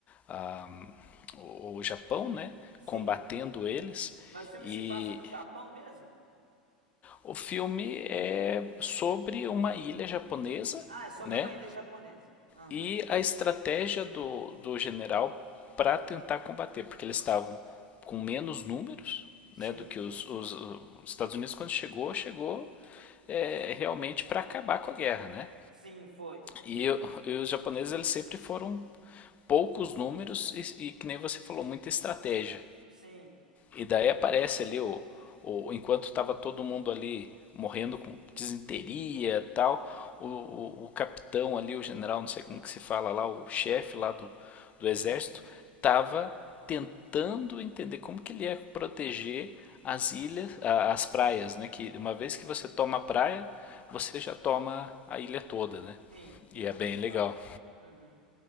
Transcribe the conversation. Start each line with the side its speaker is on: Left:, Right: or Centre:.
Left: a- o, o Japão, né?
Right: sim.
Left: Combatendo eles.
Right: Mas o filme
Left: E
Right: se passa no Japão mesmo?
Left: O filme é sobre uma ilha japonesa,
Right: Ah, é sobre
Left: né?
Right: uma ilha japonesa. Aham,
Left: E a estratégia do, do general para tentar combater, porque eles estavam com menos números,
Right: sim,
Left: né, do que os, os, os Estados Unidos quando chegou, chegou é, realmente para acabar com a guerra, né?
Right: sim, foi.
Left: E, e os japoneses eles sempre foram poucos números e, e que nem você falou muita estratégia.
Right: Sim,
Left: E daí aparece ali o, o enquanto estava todo mundo ali morrendo com disenteria e tal, o, o, o capitão ali, o general, não sei como que se fala lá, o chefe lá do,
Right: uhum,
Left: do exército, estava tentando entender como que ele ia proteger as ilhas, as praias, né? Que uma vez que você toma a praia, você já toma a ilha toda, né?
Right: sim, fica
Left: E é
Right: mais
Left: bem legal.
Right: fácil. Uhum.